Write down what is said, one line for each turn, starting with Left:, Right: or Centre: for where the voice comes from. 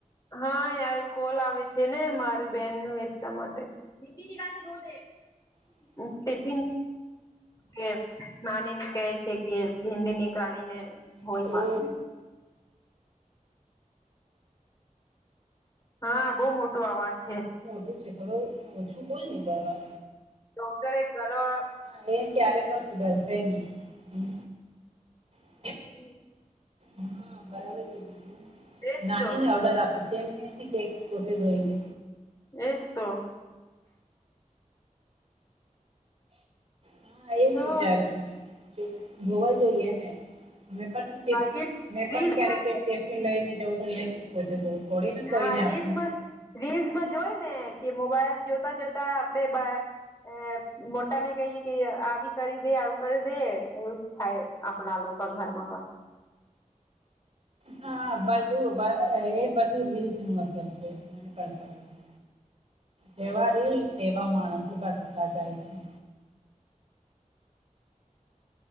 Left: હા યાર કોલ આવે છે ને મારી બેન નું એટલા માટે ભિડી નિકાલ ધો દે કે નાની ને કહે છે કે ભિન્ંદની કાણીને હોય
Right: ઓ
Left: મા હા બહુ મોટો અવાજ છે
Right: શું છેકડો ઓછું બોલ ને બવા
Left: ડોક્ટર એક કલો
Right: હા એ ક્યારે પણ સુધરશે નહ હ
Left: હમ
Right: હા બરાબર છે બીધું
Left: એજ
Right: નાની
Left: તો
Right: ને ઓર્ડર આપી છે જેમથી કેક કોટે ધોઈલે
Left: એજ તો
Right: હા એજ
Left: શું
Right: વિચાર છું ને ગોવાઈ જોઈએે ને મેં
Left: રીલ
Right: મેં પણ
Left: રીલ્સમાં
Right: ક્યારે કે લઈને જવું તો મે જ પોતે થોડી ને કોઈને
Left: હા
Right: આપ
Left: રીલ્સમાં રીલ્સમાં જોય ને કે મોબાઈલ જોતા જોતા આપણેે મોટા ને કહીએ કે આવી કરી દે આવું કરી દે એવું જ થાય આપણા લોકો ઘરમાં પણ
Right: હા બધું એ બધું રીલ્સ નું અસર છે મને પણ ખબર છે જેવા રેલ તેવા માણસ ઉપર થતા જાય છે